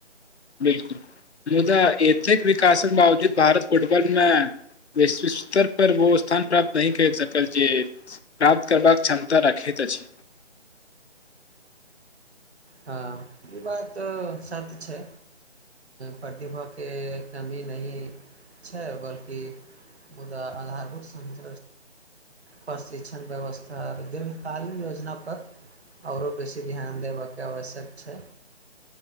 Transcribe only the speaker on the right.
हँ ई बात सत्य छै प्रतिभा के कमी नहि छै बल्कि मुदा आधारभुत <unintelligible> प्रशिक्षण व्यवस्था आ दीर्घकालीन योजनापर आओरो बेसी ध्यान देबय के आवश्यक छै